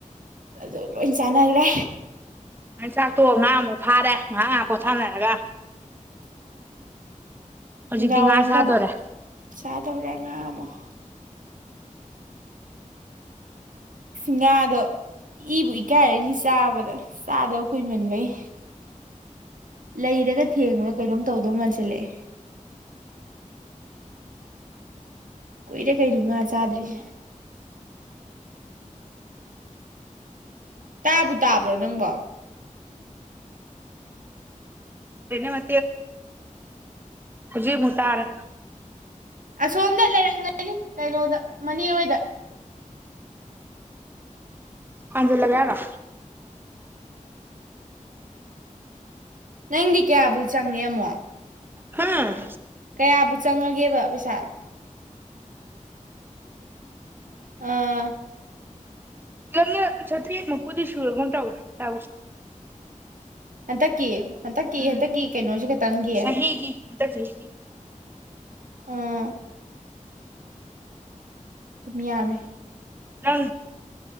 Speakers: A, on the right; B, on the right.
A: ꯑꯗꯨ ꯂꯣꯏ ꯆꯥꯟꯅꯈ꯭ꯔꯦ
B: ꯉ ꯆꯥꯛꯇꯣ ꯉꯍꯥ ꯑꯃꯨꯛ ꯐꯥꯔꯦ ꯉꯥꯏꯍ ꯉꯍꯥꯛ ꯄꯣꯊꯥꯅꯔꯒ ꯍꯧꯖꯤꯛꯇꯤ
A: ꯅꯨꯡꯗꯥꯡꯋꯥꯏꯔꯝꯗ
B: ꯉꯥ ꯆꯥꯗꯣꯔꯦ
A: ꯑꯃꯨꯛ ꯆꯥꯗꯧꯔꯦ ꯉꯥ ꯑꯃꯨꯛ ꯉꯥꯗꯣ ꯏꯕꯨ ꯏꯀꯥꯏꯔꯅꯤ ꯆꯥꯕꯗ ꯆꯥꯗꯕ ꯀꯨꯏꯃꯟꯕꯩ ꯂꯩꯔꯒ ꯊꯦꯡꯕꯅ ꯀꯩꯅꯣꯝ ꯇꯧꯗꯧ ꯃꯥꯟꯁꯤꯜꯂꯛꯑꯦ ꯀꯨꯏꯔꯦ ꯀꯩꯅꯣ ꯉꯥ ꯆꯥꯗ꯭ꯔꯤꯁꯦ ꯇꯥꯕꯨ ꯇꯥꯕ꯭ꯔꯣ ꯅꯪꯕꯎ
B: ꯃ ꯍꯧꯖꯤ ꯃꯨ ꯇꯔ
A: ꯁꯣꯝꯗ ꯂꯩꯔꯝꯉꯅꯤ ꯀꯩꯅꯣꯗ ꯃꯅꯤ ꯍꯣꯏꯗ
B: ꯑꯖꯤ ꯂꯒꯔ
A: ꯅꯪꯗꯤ ꯀꯌꯥꯕꯨ ꯆꯪꯉꯦ ꯑꯃꯃꯣ
B: ꯍꯥꯥ
A: ꯀꯌꯥꯕꯨ ꯆꯪꯉꯒꯦꯕ ꯄꯩꯁꯥ ꯑꯥ
B: ꯏꯪ ꯆꯇ ꯃꯄꯨꯗꯤ ꯁꯒ ꯎ ꯇꯥꯎ ꯇ
A: ꯍꯟꯗꯛꯀꯤ ꯍꯟꯗꯛꯀꯤ
B: ꯎꯝ
A: ꯍꯟꯗꯛꯀꯤ ꯀꯩꯅꯣꯁꯨ ꯈꯇꯪꯒꯤꯌꯦ
B: ꯆꯍꯤꯒꯤ ꯍꯟꯗꯛ ꯆꯍꯤꯒꯤ
A: ꯑ ꯑꯗꯨ ꯌꯥꯃꯦ
B: ꯅ